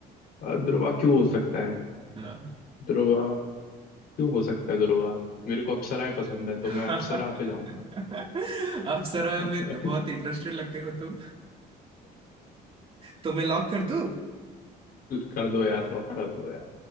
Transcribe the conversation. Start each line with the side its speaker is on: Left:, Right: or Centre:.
Left: अ, ध्रुवा क्यों हो सकता है
Right: हाँ।
Left: ध्रुवा क्यों हो सकता है ध्रुवा मेरे को अप्सराएं पसंद है
Right: <laughs>
Left: तो मैं अप्सरा पे जाऊंगा
Right: अप्सरा
Left: <laughs>
Right: में बहुत इंटरेस्टेड लगते हो तुम तो मैं लॉक कर दूं
Left: कर दो यार लॉक कर दो यार